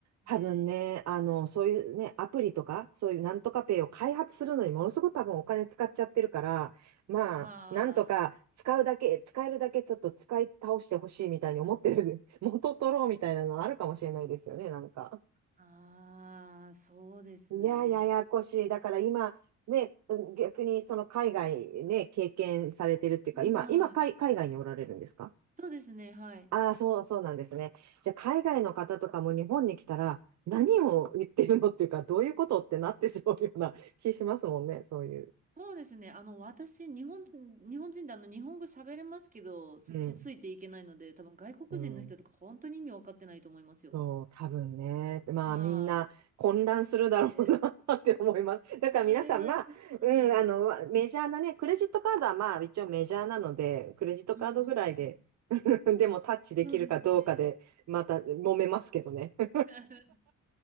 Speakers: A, on the right; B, on the right.
A: 多分ね、
B: ね、
A: あの、そういうね、アプリとか、そういうなんとかペイを開発するのにものすごく多分お金使っちゃってるから、まあ、
B: はあ、
A: なんとか使うだけ、使えるだけちょっと使い倒してほしいみたいに思ってる、<laughs> 元取ろうみたいなのあるかもしれないですよね、なんか。
B: ああ、そうですね。
A: いや、ややこしい。だから今、ね、逆にその海外ね、経験されてるっていうか、
B: はいはい。
A: 今、今海、海外におられるんですか
B: そうですね、はい。
A: ああ、そう、そうなんですね。じゃあ、海外の方とかも日本に来たら、何を言ってるのっていうか、どういうことってなってしまうような気しますもんね、そういう。
B: そうですね。あの、私、日本、日本人であの、日本語喋れますけど、そっちついていけないので、
A: うん。
B: 多分外国人の人とか本当に意味分かってないと思いますよ。
A: うん。そう、多分ね。まあ、
B: はい。
A: みんな混乱するだろうな
B: ね、腰すぎて。
A: <laughs> って思います。だから皆さん、
B: あれはちょっと、
A: まあ、うん、あの、メジャーなね、クレジットカードはまあ、一応メジャーなので、クレジットカードぐらいで、
B: うんうんうん。
A: <laughs> でもタッチできるかどうかで、
B: そうですね。
A: また揉めますけどね。<laughs>
B: <laughs>